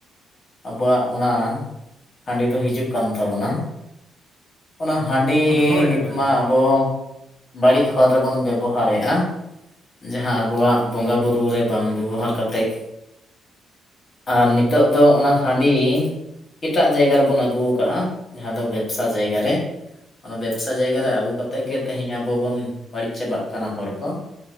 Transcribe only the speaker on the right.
ᱦᱳᱭ
ᱦᱳᱭ ᱦᱳᱭ